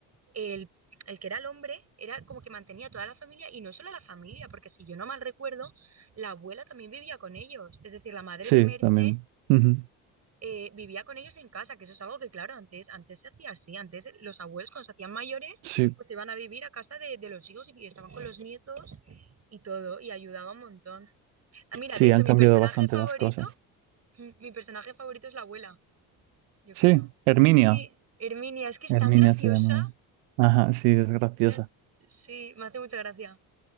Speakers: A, on the right; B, on the right.
A: el, el que era el hombre era como que mantenía a toda la familia y no solo a la familia, porque si yo no mal recuerdo, la abuela también vivía con ellos, es decir, la madre
B: sí,
A: de Merche
B: también. Ujú,
A: eh, vivía con ellos en casa, que eso es algo que, claro, antes, antes se hacía así, antes los abuelos cuando se hacían mayores,
B: Sí,
A: pues se iban a vivir a casa de, de los hijos y estaban con los nietos y todo, y ayudaba un montón. Ah, mira,
B: sí,
A: de hecho,
B: han
A: mi
B: cambiado
A: personaje
B: bastante
A: favorito,
B: las cosas.
A: mi personaje favorito es la abuela, yo
B: Sí,
A: creo.
B: Herminia.
A: Sí, Herminia, es que es
B: Herminia
A: tan graciosa,
B: se llamaba. Ajá, sí, es graciosa.
A: Mira, sí, me hace mucha gracia.